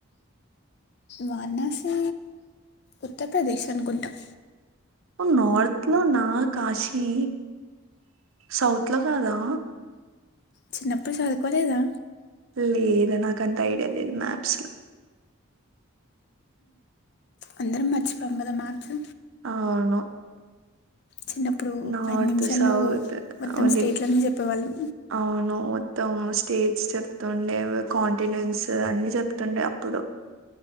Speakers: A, on the left; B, on the right.
A: వారణాసి ఉత్తరప్రదేశ్ అనుకుంటాం
B: నార్త్ లో నా కాశీ సౌత్ లో కాదా
A: చిన్నప్పుడు చదువుకోలేదా
B: లేదు నాకు అంత ఐడియా లేదు మ్యాప్స్
A: అందరం మర్చిపోము కదా మ్యాప్స్
B: ఆ అవును
A: చిన్నప్పుడు
B: నార్త్
A: ఐదు నిమిషాల్లో
B: సౌత్
A: మొత్తం
B: ఆల్
A: స్టేట్లన్నీ
B: ఇన్
A: చెప్పేవాళ్ళం
B: అవును మత్తము స్టేట్స్ చెప్తుండే కాంటినెంస్ అన్ని చెప్తుండే అప్పుడు